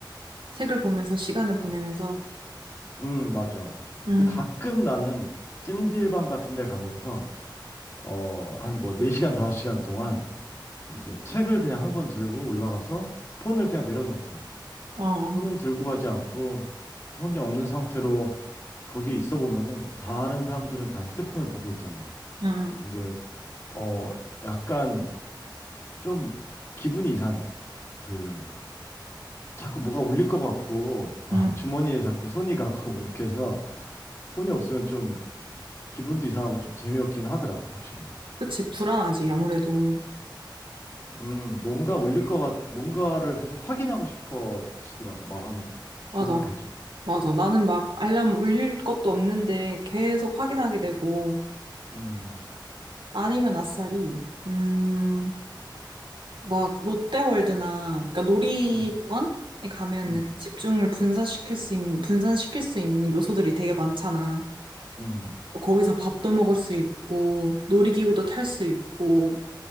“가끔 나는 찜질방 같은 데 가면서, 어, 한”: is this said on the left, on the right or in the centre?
Left